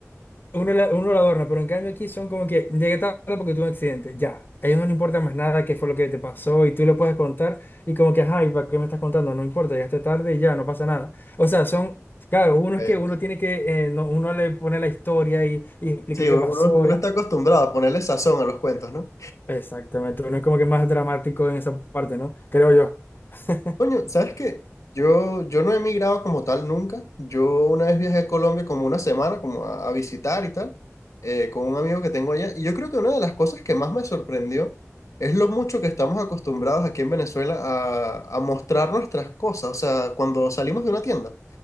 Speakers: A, on the left; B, on the left.
A: Uno la- uno lo adorna, pero en cambio aquí son como que llegué tarde porque tuve un accidente, ya. A ellos no les importa más nada qué fue lo que te pasó y tú lo puedes contar y como que, ay, ¿para qué me estás contando? No importa, llegaste tarde y ya, no pasa nada. O sea, son, claro, uno
B: Eh,
A: es que uno tiene que, eh, no- uno le pone la historia y, y explique
B: Sí,
A: qué
B: uno,
A: pasó.
B: uno está acostumbrado a ponerle sazón a los cuentos, ¿no?
A: Exactamente, uno es como que más dramático en esa parte, ¿no? Creo yo. <laughs>
B: Coño, ¿sabes qué? Yo, yo no he emigrado como tal nunca. Yo una vez viajé a Colombia como una semana, como a, a visitar y tal, eh, con un amigo que tengo allá. Y yo creo que una de las cosas que más me sorprendió es lo mucho que estamos acostumbrados aquí en Venezuela a, a mostrar nuestras cosas. O sea, cuando salimos de una tienda.